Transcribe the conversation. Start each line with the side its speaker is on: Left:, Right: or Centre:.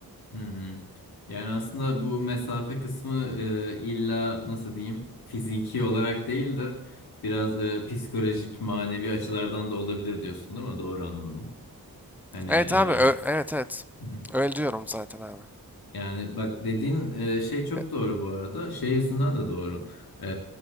Left: Hmm. Yani aslında bu mesafe kısmı e, illa nasıl diyeyim fiziki olarak değil de biraz e, psikolojik manevi açılardan da olabilir diyorsun değil mi? Doğru anladım. Hani
Centre: Evet
Left: e,
Centre: abi, ö- evet evet.
Left: hı.
Centre: Öyle diyorum zaten abi.
Left: Yani bak dediğin e, şey çok
Centre: Ve-
Left: doğru bu arada. Şey yüzünden de doğru. E,